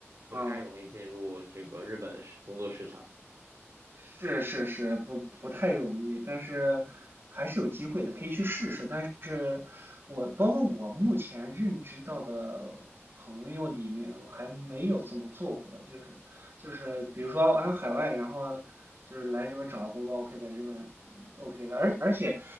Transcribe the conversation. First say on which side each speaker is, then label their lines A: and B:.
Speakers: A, on the right; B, on the right.
A: 嗯，
B: 不太容易进入这个日本的市工作市场。
A: 是是是，不不太容易，但是还是有机会的，可以去试试。但是我包括我目前认知到的朋友里面，我还没有这么做过的，就是就是比如说啊海外，然后就是来日本找到工作，OK，在日本呃 OK 了，而而且